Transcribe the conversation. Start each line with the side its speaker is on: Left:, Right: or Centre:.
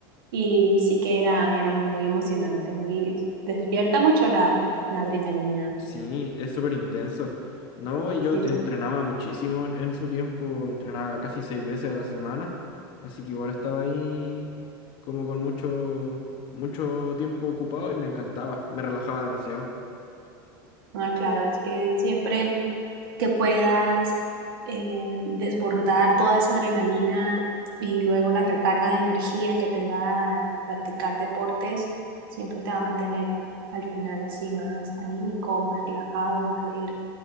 Right: y sí que era, era muy, muy emocionante, muy, despierta mucho la, la adrenalina.
Left: Sí, es súper intenso. No, y yo
Right: Sí,
Left: entrenaba muchísimo en, en su tiempo, entrenaba casi seis veces a la semana, así que igual estaba ahí como con mucho, mucho tiempo ocupado y me encantaba, me relajaba demasiado.
Right: ah, claro, es que siempre que puedas eh, desbordar toda esa adrenalina y luego la recarga de energía que te da practicar deportes, siempre te va a mantener al final así más anímico, más relajado, más alegre.